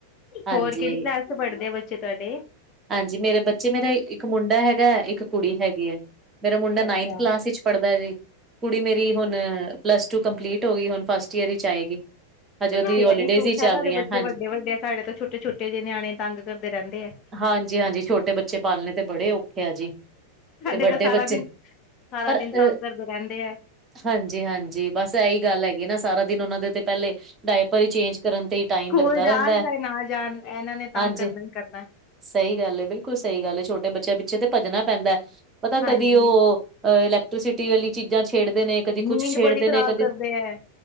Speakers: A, on the right; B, on the left.
A: ਹਾਂਜੀ
B: ਹੋਰ ਕਿਹੜੀ ਕਲਾਸ ਪੜ੍ਹਦੇ ਆ ਬੱਚੇ ਤੁਹਾਡੇ
A: ਜੀ ਮੇਰੇ ਬੱਚੇ ਮੇਰਾ ਇੱਕ ਮੁੰਡਾ ਹੈਗਾ ਇੱਕ ਕੁੜੀ ਹੈਗੀ ਹੈ ਮੇਰਾ ਮੁੰਡਾ ਨਾਈਨਥ
B: ਅੱਛਾ
A: ਕਲਾਸ ਵਿੱਚ ਪੜ੍ਹਦਾ ਜੀ ਕੁੜੀ ਮੇਰੀ ਹੁਣ ਪਲੱਸ ਟੂ ਕੰਪਲੀਟ ਹੋ ਗਈ ਹੁਣ ਫਸਟ ਈਅਰ ਵਿੱਚ ਆਏਗੀ ਹਜੇ
B: ਚਲੋ
A: ਉਹਦੀ
B: ਤੇ
A: ਹੋਲੀਡੇਜ਼
B: ਇਹ ਵੀ ਸੁੱਖ
A: ਹੀ ਚੱਲ
B: ਹੈ ਤੁਹਾਡੇ
A: ਰਹੀਆਂ
B: ਬੱਚੇ
A: ਹਾਂਜੀ
B: ਵੱਡੇ ਵੱਡੇ ਆ ਸਾਡੇ ਤੋਂ ਛੋਟੇ ਛੋਟੇ ਜਿਹੇ ਨਿਆਣੇ ਤਗ ਕਰਦੇ ਰਹਿੰਦੇ ਆ
A: ਹਾਂਜੀ ਹਾਂਜੀ ਛੋਟੇ ਬੱਚੇ ਪਾਲਣੇ ਤੇ ਬੜੇ ਔਖੇ ਆ ਜੀ
B: ਸਾਡੇ
A: ਤੇ ਵੱਡੇ
B: ਤਾਂ ਸਾਰਾ
A: ਬੱਚੇ
B: ਦਿਨ ਸਾਰਾ
A: ਪਰ ਅ
B: ਦਿਨ ਤੰਗ ਕਰਦੇ ਰਹਿੰਦੇ ਆ
A: ਹਾਂਜੀ ਹਾਂਜੀ ਬਸ ਇਹੀ ਗੱਲ ਹੈਗੀ ਨਾ ਸਾਰਾ ਦਿਨ ਉਹਨਾਂ ਦੇ ਤੇ ਪਹਿਲੇ ਡਾਇਪਰ ਹੀ ਚੇਂਜ ਕਰਨ ਤੇ ਟਾਈਮ
B: ਸਕੂਲ
A: ਲੱਗਦਾ
B: ਜਾਣ
A: ਰਹਿੰਦਾ ਹੈ
B: ਚਾਹੇ ਨਾ ਜਾਣ ਇਹਨਾਂ ਨੇ ਤੰਗ
A: ਹਾਂਜੀ
B: ਕਰਨਾ ਹੀ ਕਰਨਾ
A: ਸਹੀ ਗੱਲ ਹੈ ਬਿਲਕੁਲ ਸਹੀ ਗੱਲ ਹੈ ਛੋਟੇ ਬੱਚਿਆਂ ਪਿੱਛੇ ਤੇ ਭੱਜਣਾ ਪੈਂਦਾ ਪਤਾ
B: ਹਾਂਜੀ
A: ਕਦੀ ਉਹ ਅਹ ਇਲੈਕਟ੍ਰੀਸਿਟੀ ਵਾਲੀ ਚੀਜ਼ਾਂ ਛੇੜਦੇ ਨੇ ਕਦੀ ਕੁੱਛ
B: ਨੀਂਦ
A: ਛੇੜਦੇ
B: ਬੜੀ ਖ਼ਰਾਬ
A: ਨੇ, ਕਦੀ
B: ਕਰਦੇ ਹੈ